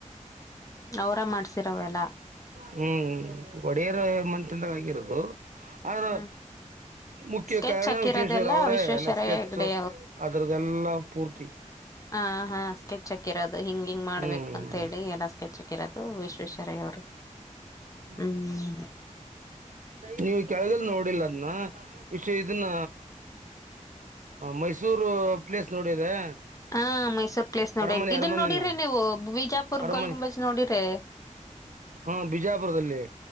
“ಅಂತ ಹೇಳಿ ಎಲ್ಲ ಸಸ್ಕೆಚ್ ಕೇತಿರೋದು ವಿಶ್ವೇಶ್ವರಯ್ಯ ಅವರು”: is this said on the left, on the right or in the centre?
Left